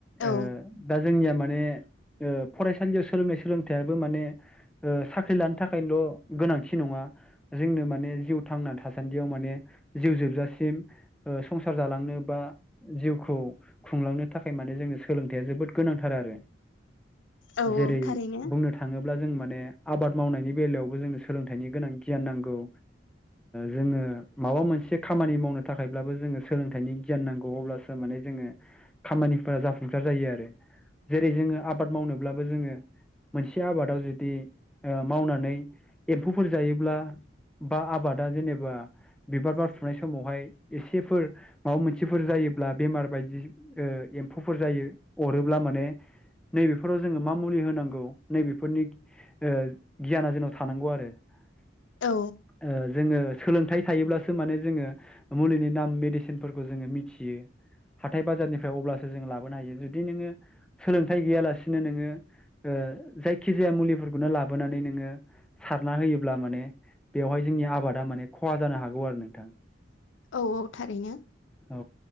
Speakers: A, on the left (about 80°); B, in the centre.
A: औ
B: ओ दा जोंनिया माने ओ फरायसालियाव सोलोंनाय सोलोंथाइयाबो माने साख्रि लानो थाखायल' गोनांथि नङा जोंनो माने जिउ थांना थासान्दियाव माने जिउ जोबजासिम ओ संसार जालांनो बा जिउखौ खुंलांनो थाखाय माने जोंनो सोलोंथाइया जोबोद गोनांथार आरो।
A: औ
B: जेरै
A: औ थारैनो
B: बुंनो थाङ थाङोब्ला जों माने आबाद मावनायनि बेलायावबो जोंनो सोलोंथाइनि गोनां गियान नांगौ जोङो माबा मोनसे खामानि मावनो थाखायब्लाबो जोङो सोलोंथाइनि गियान नांगौ अब्लासो माने जोङो खामानिफोरा जाफुंसार जायो आरो जेरै जोङो आबाद मावनोब्लाबो जोङो मोनसे आबादाव जुदि ओ मावनानै एम्फौफोर जायोब्ला बा आबादा जेनेबा बिबार बारफुनाय समावहाय एसेफोर माबा मोनसेफोर जायोब्ला बेमार बायदि ओ एम्फौफोर जायो अरोब्ला माने। नैबेफोराव जोङो मा मुलि होनांगौ नैबेफोरनि ओ गियाना जोंनाव थानांगौ आरो ओ
A: औ
B: जोङो सोलोंथाइ थायोब्लासो माने जोङो मुलिनि नाम मेडिसिनफोरखौ जोङो मिथियो हाथाय बाजारनिफ्राय अब्लासो जों लाबोनो हायो जुदि नोङो सोलोंथाइ गैयालासिनो नोङो ओ जायखिजाया मुलिफोरखौनो लाबोनानै नोङो सारना होयोब्ला माने बेवहाय जोंनि आबादा माने खहा जानो हागौ आरो नोंथां।
A: औ औ थारैनो
B: औ